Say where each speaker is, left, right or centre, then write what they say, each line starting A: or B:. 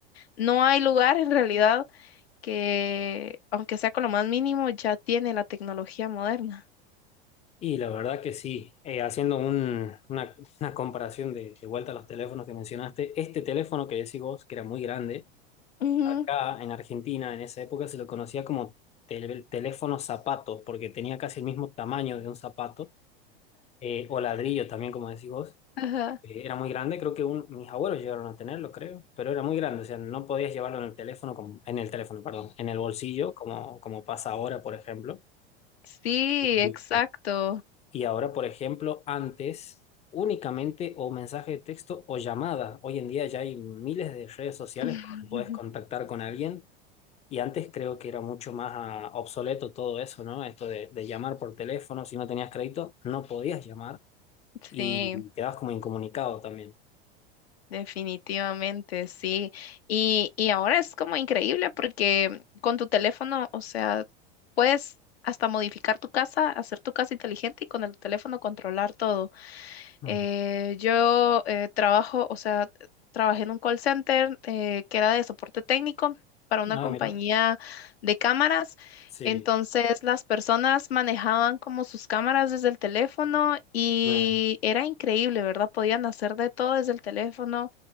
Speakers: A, on the left; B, on the left.
A: no hay lugar en realidad que, aunque sea con lo más mínimo, ya tiene la tecnología moderna.
B: Y la verdad que sí, Eh, haciendo un- una, una comparación de, de vuelta a los teléfonos que mencionaste, este teléfono que decís vos, que era muy grande,
A: Ujú,
B: acá en Argentina en esa época se lo conocía como tel- teléfono zapato, porque tenía casi el mismo tamaño de un zapato eh, o ladrillo también, como decís vos.
A: Ajá.
B: Eh, era muy grande, creo que un- mis abuelos llegaron a tenerlo, creo, pero era muy grande, o sea, no podías llevarlo en el teléfono, como, en el teléfono, perdón, en el bolsillo, como, como pasa ahora, por ejemplo.
A: Sí,
B: Y,
A: exacto.
B: y ahora, por ejemplo, antes únicamente o mensaje de texto o llamada. Hoy en día ya hay miles de redes sociales
A: <laughs>
B: por donde puedes contactar con alguien. Y antes creo que era mucho más ah, obsoleto todo eso, ¿no? Esto de, de llamar por teléfono, si no tenías crédito, no podías llamar
A: Sí,
B: y quedabas como incomunicado también.
A: definitivamente, sí. Y, y ahora es como increíble porque con tu teléfono, o sea, puedes hasta modificar tu casa, hacer tu casa inteligente y con el teléfono controlar todo.
B: Ah,
A: Eh, yo eh, trabajo, o sea, t- trabajé en un call center eh, que era de soporte técnico para una
B: ah,
A: compañía
B: mira,
A: de cámaras.
B: sí,
A: Entonces las personas manejaban como sus cámaras desde el teléfono y
B: mira.
A: era increíble, ¿verdad? Podían hacer de todo desde el teléfono